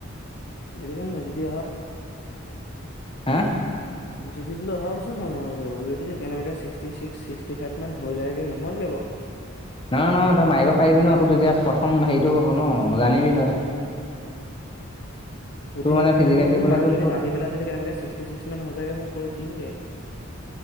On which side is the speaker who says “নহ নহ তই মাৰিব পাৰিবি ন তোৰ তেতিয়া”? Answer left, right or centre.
Left